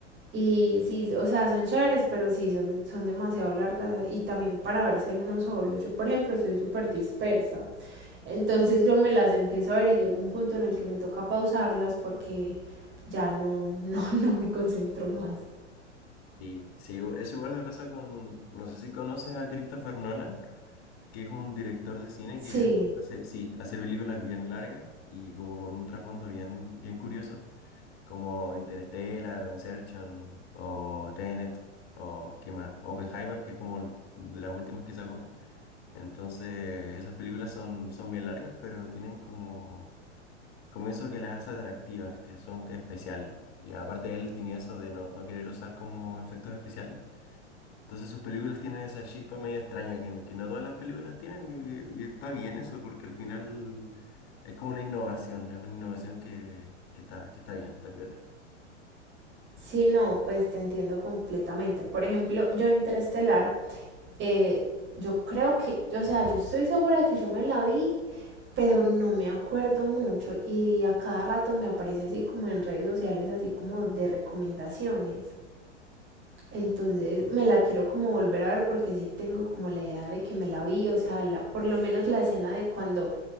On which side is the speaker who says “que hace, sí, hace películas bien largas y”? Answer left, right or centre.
Left